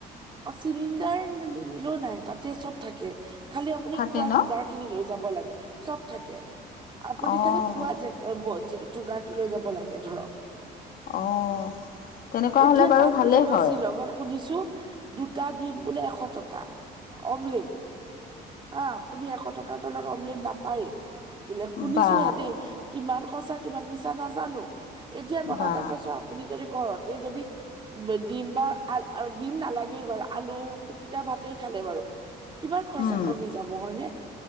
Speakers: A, on the right; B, on the left.
A: অ চিলিণ্ডাৰ নি নিলে নাই তাতে চব থাকে খালি আপুনি
B: থাকে
A: খোৱা
B: ন
A: যোগাৰ। এইখিনিলৈ যাব লাগে চব থাকে আপুনি
B: অ',
A: খালি খোৱা জো- যোগাৰটো লৈ যাব লাগে ধৰক।
B: অ'। তেনেকুৱা
A: এতিয়া
B: হ'লে বাৰু
A: তাত
B: ভালেই
A: বোলে নহ
B: হয়
A: শ্বিলঙত শুনিছো। দুটা দিম বোলে এশ টকা অমলেট হ আপুনি এশ টকাৰ তলত অমলেট নাপায়ে বোলে শুনিছো
B: বা
A: হে দেই কিমান সঁচা কিমান মিছা নাজানো। এতিয়া কথা
B: বা
A: এটা কৈছো আপুনি যদি ঘৰতে যদি দিম বা দিম নালাগে। সেই বাৰু আলু পিতিকা ভাতেই খালে বাৰু কিমান খৰচা
B: উম।
A: কমি যাব হয়। ন